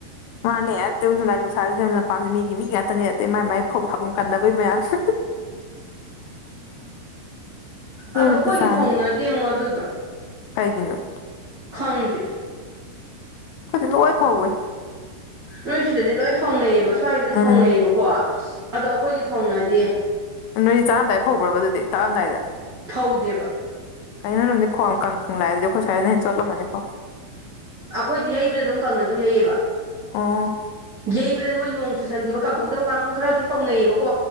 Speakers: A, on the left; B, on the right.
A: ꯃꯥꯅꯦ ꯑꯇꯨ ꯅꯤ <unintelligible> ꯅꯨꯡꯁꯥꯁꯤꯗ ꯂꯝꯄꯥꯛꯁꯦ ꯃꯤꯒꯤ ꯃꯤ ꯉꯥꯛꯇꯅꯦ ꯑꯇꯩ ꯃꯥꯏ ꯃꯥꯏ ꯐꯧ ꯊꯥꯐꯝ ꯀꯟꯅꯕꯩ ꯃꯌꯥꯝ <unintelligible> ꯄꯦꯜꯂꯕꯖꯥꯠꯅꯤ
B: ꯑꯗꯣ ꯑꯈꯣꯏꯗꯤ ꯐꯧꯅꯗꯦꯉꯣ ꯑꯗꯨꯗꯣ
A: ꯀꯩꯒꯤꯅꯣ
B: ꯈꯪꯗꯦ
A: ꯈꯣꯏꯗꯤ ꯂꯣꯏ ꯐꯧꯋꯦ
B: ꯅꯣꯏ ꯁꯤꯗꯗꯤ ꯂꯣꯏ ꯐꯧꯅꯩꯌꯦꯕ ꯁ꯭ꯋꯥꯏꯁꯤ ꯗꯨꯝ
A: ꯎꯝ
B: ꯐꯧꯅꯩꯌꯦꯕꯀꯣ ꯑꯗꯣ ꯑꯈꯣꯏꯗꯤ ꯐꯧꯅꯗꯦ
A: ꯅꯣꯏ ꯆꯥꯔꯝꯗꯥꯏ ꯐꯧꯕꯔ꯭ꯕ ꯑꯗꯨꯗꯤ ꯇꯛ ꯑꯃꯗꯥꯏꯗꯥ
B: ꯐꯧꯗꯦꯕ
A: <unintelligible> ꯅꯣꯏꯔꯣꯝꯗꯤ ꯐꯧ ꯌꯥꯝ ꯀꯪ ꯀꯪꯅ ꯂꯥꯛꯑꯦ ꯑꯗꯨꯗꯤ ꯑꯈꯣꯏ ꯁꯋ꯭ꯥꯏꯗꯥꯅ ꯍꯦꯟꯅ ꯆꯣꯠꯂꯝꯃꯅꯤ ꯐꯧ
B: ꯑꯈꯣꯏꯗꯤ ꯌꯩꯕꯗ ꯗꯨꯝ ꯀꯪꯅ ꯑꯗꯨꯝ ꯌꯩꯌꯦꯕ
A: ꯑꯣ
B: ꯌꯩꯕꯗ ꯃꯣꯏ ꯅꯣꯡ ꯆꯨꯁꯟꯈꯤꯕ ꯀꯪꯍꯧꯗꯕ ꯀꯥꯡꯕꯨ ꯈꯔꯗꯤ ꯐꯧꯅꯩꯌꯦꯕꯀꯣ